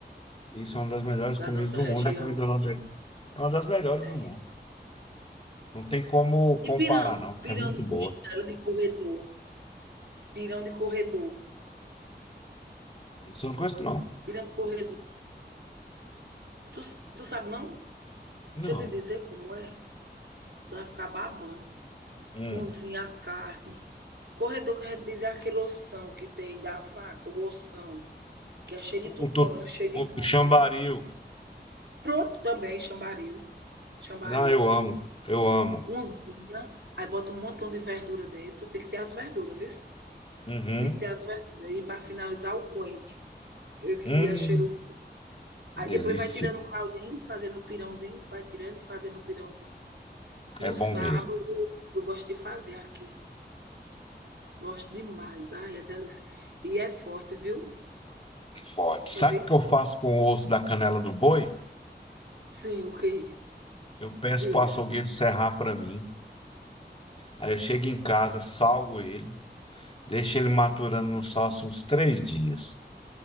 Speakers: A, on the left (about 35°); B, on the right (about 85°).
A: Isso é uma das melhores comidas
B: Da nossa
A: do
B: região.
A: mundo. é A comida nordestina é uma das melhores
B: É.
A: do mundo. Não tem como comparar,
B: E pirão?
A: não, porque
B: Pirão
A: é muito
B: de costela
A: boa.
B: de corredor. Pirão de corredor.
A: Isso eu não conheço, não.
B: Pirão de corredor. Tu, tu sabe não?
A: Não.
B: Deixa eu te dizer como é. Tu vai ficar babando.
A: um,
B: Cozinha a carne. Corredor quer dizer aquele ossão que tem da vaca, o ossão, que é cheio de tutano,
A: O, tu-
B: cheio de
A: o-
B: carne.
A: o chambaril.
B: Pronto também, chambaril. Chambaril.
A: Não, eu amo. Eu amo.
B: Cozinha, aí bota um montão de verdura dentro. Tem que ter as verduras, viu?
A: Uhum.
B: Tem que ter as verduras. E para finalizar, o coentro, eu- que
A: Hum,
B: é cheiroso.
A: delícia.
B: Aí depois vai tirando o caldinho, fazendo o pirãozinho, vai tirando e fazendo o pirãozinho. No
A: É bom
B: sábado,
A: mesmo.
B: eu gosto de fazer aqui. Gosto demais. Ai, é delícia. E é forte, viu?
A: Pode. Sabe
B: É bem
A: o que eu
B: forte.
A: faço com o osso da canela do boi?
B: Sim, o quê?
A: Eu peço
B: Diz.
A: pro açougueiro serrar para mim. Aí eu chego em casa, salgo ele, deixo ele maturando no sal assim, uns três dias.